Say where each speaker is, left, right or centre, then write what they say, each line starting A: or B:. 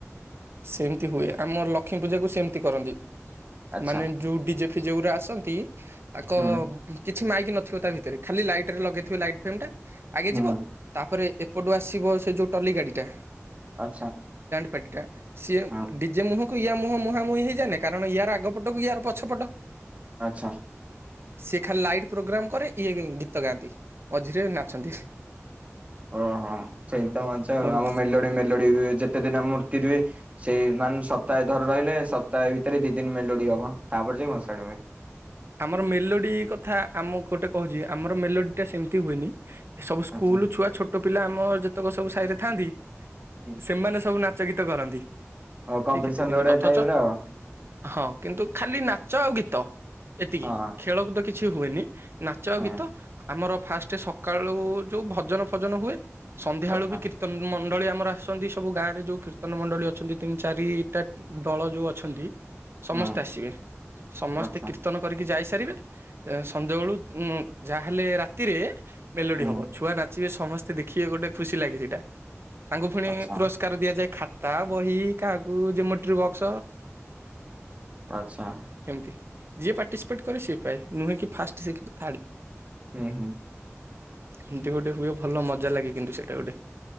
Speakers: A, on the right; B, on the right.
A: ସେମତି ହୁଏ ଆମ ଲକ୍ଷ୍ମୀ ପୂଜାକୁ ସେମତି କରନ୍ତି
B: ଆଚ୍ଛା
A: ମାନେ ଯୋଉ ଡିଜେ ସେ ଯୋଉଗୁରା ଆସନ୍ତି ତାଙ୍କ
B: ହୁଁ
A: କି କିଛି ମାଇକି ନଥିବ ତା ଭିତରେ ଖାଲି ଲାଇଟରେ ଲଗେଇଥିବ ଲାଇଟ ଫ୍ରେମ୍ ଟା ଆଗେ
B: ହୁଁ
A: ଯିବ ତାପରେ ଏପଟୁ ଆସିବ ସେ ଯୋଉ ଟଲି ଗାଡିଟା
B: ଆଚ୍ଛା
A: ପଟା ସିଏ
B: ହଁ।
A: ଡିଜେ ମୋହ ୟ ମୁହଁ ମୁହାଁମ ମୁହି ହେଇଯାାନ କାର ୟ ଆପଟକୁ ୟାର ପଛପଟ
B: ଆଚ୍ଛା
A: ସେ ଖା ଲାଇଟ ପ୍ରୋଗ୍ରାମ କରିରେ ଇଏ ଗୀତ ଗାଆନ୍ତି ମଝିରେ ନାଚନ୍ତି
B: ଓହୋ ସେଇତଛ
A: ଏମିତି
B: ଆମ ମେଲୋଡି ମେଲୋଡି ହୁଏ ଯେତେ ଦିନ ମୂର୍ତ୍ତି ର ହୁଏ ସେଇ ମାନେ ସପ୍ତାହେ ଧର ରହିଲେ ସପ୍ତାେିତରେ ଦି ଦିନ ମେ ଲୋଡି ହବ ତାପରେ ଯ ଭସାଡିବେ
A: ଆମର ମେଲୋଡି କଥା ଆମ ଗୋଟେ କହୁଛି ଆମର ମେଲୋଡି ଏଟ ସେମିତି ହୁଏନି ଏ ସବୁ ସ୍କୁଲ
B: ଆଚ୍ଛା
A: ଛୁଆ ଛୋଟ ଛଟ ପିଲା ଆମ ଯେତେକ ସବୁ ସାଇଡ଼ରେ ଥାନ୍ତି
B: ହୁଁ
A: ସେମାନେ ସବୁ ନାଚ ଚକିତ କରନ୍ତି
B: ଆଉ କମ୍ପିଟିସନ
A: ସେଇ କେତେ ଦିନ
B: ଗୋଟେ
A: ଅଥଚ
B: ଟାଇପ ର ଆଉ
A: ହଁ କିନ୍ତୁ ଖାଲି ନାଚ ଆଉ ଗୀତ କ ତ ଏତିକି
B: ହଁ
A: ଖେଳକୁ ଦେଖ କିଛି ହୁଏନି ନାଚ
B: ହଁ
A: ଗୀତ ଆମର ଫାଷ୍ଟ ସକାଳୁ ଯୋଉ ଭଜନ ଫଜନ ହୁଏ ସନ୍ଧ୍ୟାବେଳୁ
B: ଆଚ୍ଛା
A: ବି କୀର୍ତନ ମଣ୍ଡଳୀ ଆମର ଆସନ୍ତି ସବୁ ଗାଁ ରେ ଯୋଉ କୀର୍ତ୍ତନ ମଣ୍ଡଳୀ ଅଛନ୍ତି ତିନି ଚାରିଟା ଦଳ ଯୋଉ ଅଛନ୍ତି ସମସ୍ତେ
B: ହୁଁ
A: ଆସିବେ ସମସ୍ତେ
B: ଆଚ୍ଛା
A: କୀର୍ତ୍ତି ଯାଇସାରିବେ ସନ୍ଧ୍ୟାବେଳୁ ଯାହାହେଲେ ରାତିରେ ମେଲୋଡି
B: ହୁଁ
A: ହବ ଛୁଆ ନାଚ ଯିବେ ସମସ୍ତେ ଦେଖିବେ ଗୋଟେ ଖୁସି ଲାଗେ ସେଇଟା ତାଙ୍କୁ ପୁଣି
B: ଆଚ୍ଛା
A: ପୁରସ୍କାର ଦିଆଯାଏ ଖ ତା ବହି କାହାକୁ ଜମେଟ୍ରି ବକ୍ସ
B: ଆଚ୍ଛା
A: ଏମିତି ଯିଏ ପାର୍ଟିସିପେଟ୍ କରେ ସିଏ ପାଏ ନୁହେଁ କି ଫାଷ୍ଟ ସେକେଣ୍ଡ ଥାର୍ଡ
B: ହୁଁ ହୁଁ
A: ଏମିତି ଗୋଟେ ହୁଏ ଭଲ ମଜା ଲାଗେ କିନ୍ତୁ ସେଇଟା ଗୋଟେ